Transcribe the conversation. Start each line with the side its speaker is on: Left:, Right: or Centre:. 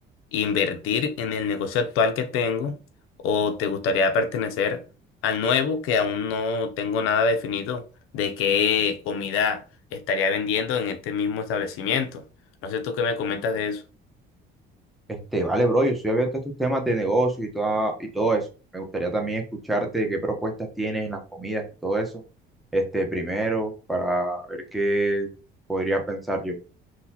Left: invertir en el negocio actual que tengo o te gustaría pertenecer al nuevo que aún no tengo nada definido de qué comida estaría vendiendo en este mismo establecimiento. No sé tú qué me comentas de eso.
Centre: Este, vale, bro, yo estoy abierto a estos temas de negocio y, toda, y todo eso. Me gustaría también escucharte qué propuestas tienes en las comidas y todo eso. Este, primero, para ver qué podría pensar yo.